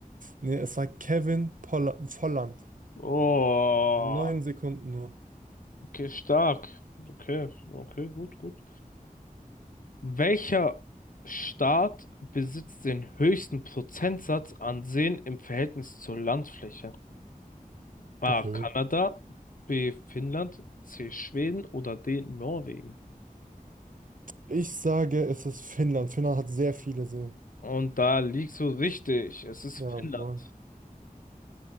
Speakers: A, on the right; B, on the left.
A: Nee, es war Kevin Polla Volland.
B: Oh,
A: Neun Sekunden nur.
B: okay, stark. Okay, okay, gut, gut. Welcher Staat besitzt den höchsten Prozentsatz an Seen im Verhältnis zur Landfläche? A.
A: Okay.
B: Kanada, B. Finnland, C. Schweden oder D. Norwegen?
A: Ich sage, es ist Finnland. Finnland hat sehr viele Seen.
B: Und da liegst du richtig. Es ist
A: Jawohl.
B: Finnland.